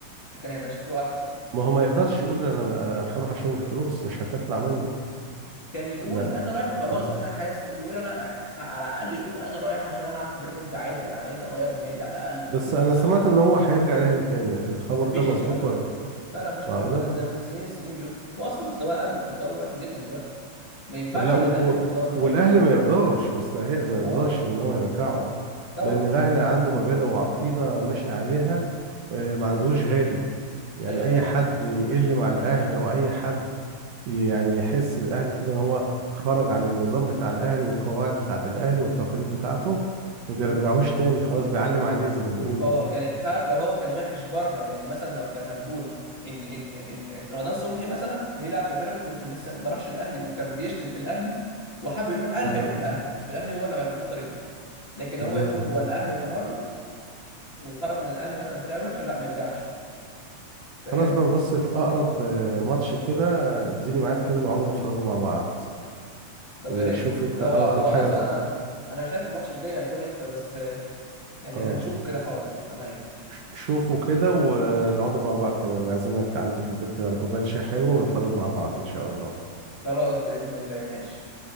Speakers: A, on the left; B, on the right.
A: فكان هيبقى شكله احسن
B: ما هو ما يقدرش يقول انا ما هروح عشان الفلوس مش هتطلع منه
A: كان يقول
B: لا
A: انا رايح وخلاص
B: اه
A: انا حاسس بيقول انا على الاقل يقول انا رايح عشان العب في بيراميدز عادي انا عايز اغير النادي على الاقل
B: بس
A: بدون
B: انا
A: سبب
B: سمعت ان هو هيرجع الاهلي تاني الخبر
A: مفيش
B: ده مظبوط
A: الكلام
B: ولا
A: ده لا لا مفيش
B: معقوله
A: الكلام ده من ده من سنين السنين بيقول واصلا مستواه قل مستواه وحش جدا دلوقتي ما ينفعش
B: ولا
A: يجي
B: وال-
A: الاهلي
B: و-
A: بالمستوى ده
B: والاهلي ما يرضاش مستاهل ما يرضاش
A: اه
B: ان هو يرجعه
A: طبعا
B: لان الاهلي عنده مبادئ وعقيده ماشي عليها آه، ما عندوش غالي يعني
A: ايوه
B: اي
A: طبعا
B: حد يقل مع الاهلي او اي حد يعني يحس الاهلي كده ان هو خرج عن النظام بتاع الاهلي والقواعد بتاعه الاهلي والتقاليد بتاعته ما بيرجعوش
A: مم.
B: تاني خلاص بيعلم عليه زي ما بيقولوا
A: اه يعني تعرف لو هو كان وحش بره يعني مثلا لو كان هنقول ان ان ان رمضان صبحي مثلا بيلعب في بيراميدز وكان لسه ما راحش الاهلي وكان بيشتم في الاهلي وحب يروح الاهلي
B: اه
A: هيروح الاهلي والاهلي هو اللي هيربيه بطريقته لكن
B: تمام
A: هو يكون جوه الاهلي وتمرد وخرج من الاهلي مثلا بطريقه وحشه لا ما يرجعش فاهم
B: خلاص بقى بص في اقرب آه، ماتش كده اديني ميعاد كده نقعد نتفرجوا مع بعض
A: طب
B: نشوف
A: يا ريت
B: انت
A: هو
B: اه اقرب
A: هو
B: حاجه
A: اصلا انا انا مش عارف الماتش الجاي هيكون امتى بس يعني
B: اه
A: هنشوف كده حاضر انا ايه
B: ش- شوفوا كده ونقعدوا مع بعض كده نعزمك عندي في البيت كده على كوبايه شاي حلوه ونتفرجوا مع بعض ان شاء الله
A: خلاص باذن الله ماشي